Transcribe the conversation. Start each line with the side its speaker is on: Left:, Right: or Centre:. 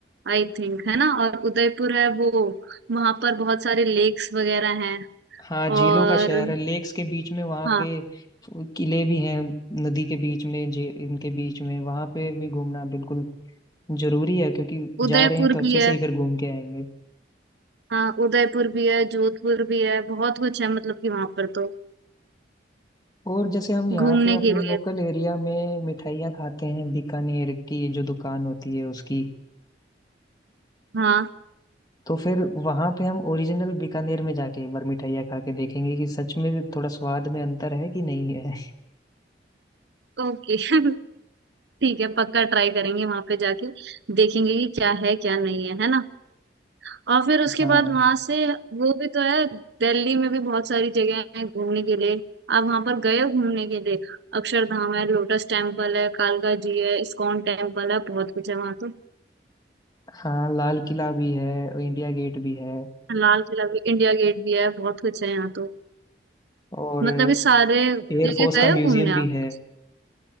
Right: आई थिंक है ना और उदयपुर है वो वहां पर बहुत सारे लेक्स वगैरह हैं
Left: हाँ झीलों
Right: और
Left: का शहर है लेक्स के बीच में वहाँ
Right: हाँ
Left: पे किले भी हैं नदी के बीच में जे इनके बीच में वहाँ पे भी घूमना बिल्कुल जरूरी है क्योंकि
Right: उदयपुर
Left: जा रहे हैं तो अच्छे
Right: भी है
Left: से ही फिर घूम के आएंगे
Right: हाँ उदयपुर भी है जोधपुर भी है बहुत कुछ है मतलब कि वहां पर तो
Left: और जैसे हम यहाँ
Right: घूमने
Left: पे अपने
Right: के लिए
Left: लोकल एरिया में मिठाइयाँ खाते हैं बीकानेर की जो दुकान होती है उसकी
Right: हाँ
Left: तो फिर वहाँ पे हम ओरिजिनल बीकानेर में जाके एक बार मिठाइयाँ खा के देखेंगे कि सच में थोड़ा स्वाद में अंतर है कि नहीं है
Right: ओके <laughs> ठीक है पक्का ट्राई करेंगे वहां पे जाके देखेंगे कि क्या है क्या नहीं है है ना और फिर उसके
Left: <laughs> हाँ
Right: बाद वहां से वो भी तो है दिल्ली में भी बहुत सारी जगह है घूमने के लिए आप वहां पर गए हो घूमने के लिए अक्षरधाम है लोटस टेम्पल है कालका जी है इस्कॉन टेम्पल है बहुत कुछ है वहां तो
Left: हाँ लाल किला भी है इंडिया गेट भी है
Right: लाल किला भी इंडिया गेट भी है बहुत कुछ है यहाँ तो
Left: और
Right: मतलब ये सारे
Left: एयरफोर्स
Right: जगह गए
Left: का म्यूजियम
Right: हो घूमने
Left: भी
Right: आप
Left: है